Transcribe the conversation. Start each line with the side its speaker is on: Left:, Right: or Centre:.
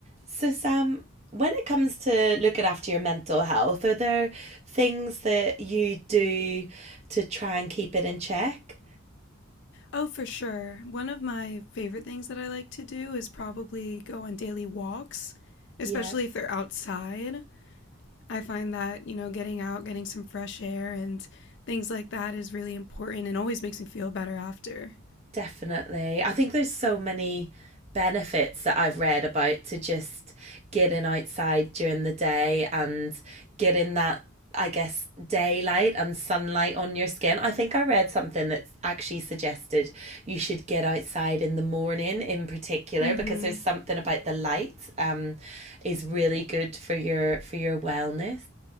Right: So, Sam, when it comes to looking after your mental health, are there things that you do to try and keep it in check?
Left: Oh, for sure. One of my favorite things that I like to do is probably go on daily walks, especially
Right: Yeah.
Left: if they're outside. I find that, you know, getting out, getting some fresh air and things like that is really important and always makes me feel better after.
Right: Definitely. I think there's so many benefits that I've read about to just getting outside during the day and getting that, I guess, daylight and sunlight on your skin. I think I read something that actually suggested you should get outside in the morning in particular
Left: Mhm.
Right: because there's something about the light um is really good for your for your wellness.